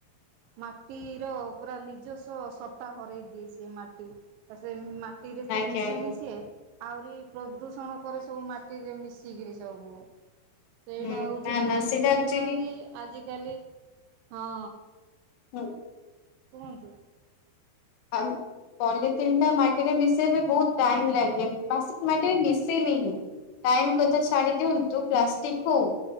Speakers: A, on the right (about 80°); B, on the left (about 85°).
A: ମାଟିର ପୁରା ନିଜସ୍ୱ ସ ତା ହରେଇ ଦିଏ ସି ମାଟି ତା ସେ ମାଟିରେ ତ
B: ଆଜ୍ଞା
A: ମିଶେନି
B: ଆଜ୍ଞା
A: ସିଏ ଆହୁରି ପ୍ରଦୂଷଣ କରେ ସବୁ ମାଟିରେ ମିଶିକିରି ସବୁ ସେଇଟା
B: ହୁଁ
A: ହୋଉଚି
B: ନା
A: ବୋହୁତ
B: ନା ସେଇଟା
A: ଦେଖୁନାହାନ୍ତି
B: ଆକ୍ଚୁଆଲି
A: ଆଜିକାଲି ହଁ।
B: ହୁଁ।
A: କୁହନ୍ତୁ?
B: ହ। ପଲିଥିନ୍ ଟା ମାଟିରେ ମିଶେଇ ବି ବହୁତ ଟାଇମ୍ ଲାଗେ ମାଟିରେ ମିଶେଇନିିଁ। ଟାଇମ କଥା ଛାଡ଼ି ଦିଅନ୍ତୁ ପ୍ଲାଷ୍ଟିକ ହଉ